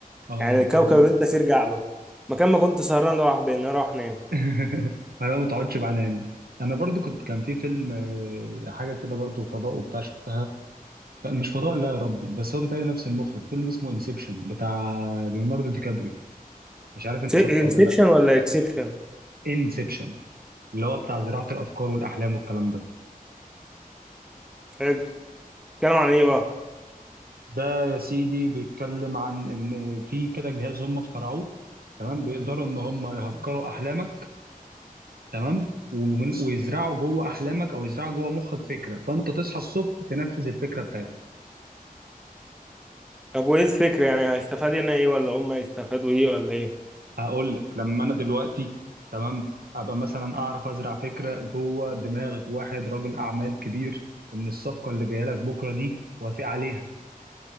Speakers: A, on the right (about 80°); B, in the centre.
A: اه
B: يعني الكوكب
A: فهمت
B: اللي أنت فيه ارجع له مكان ما كنت سهران راح بين راح نام
A: <laughs> انا ما تقعدش بعنان انا برضو كنت كان في فيلم آه، حاجه كده برضو فضاء وبتاع شفتها كان مش فضاء لا يا ربي بس هو بتاعي نفس المخرج فيلم اسمه انسبشن بتاع ليوناردو دي كابري مش عارف انت شفته
B: انسبشن
A: ولا لا
B: ولا اكسبشن
A: انسبشن اللي هو بتاع زراعه الافكار والاحلام والكلام ده
B: حلو اتكلم عن ايه بقى
A: ده يا سيدي بيتكلم عن ان في كده جهاز هم اخترعوه تمام بيقدروا ان هم يهكروا احلامك تمام ومن- ويزرعوا جوه احلامك او يزرعوا جوه مخك فكره فانت تصحى الصبح تنفذ الفكره بتاعتك
B: طب وايه الفكرة يعني هيستفاد هنا ايه ولا هم هيستفادوا ايه ولا ايه
A: هقول لك لما انا دلوقتي تمام ابقى مثلا اعرف ازرع فكره جوه دماغ واحد رجل اعمال كبير ان الصفقه اللي جايه لك بكره دي وافق عليها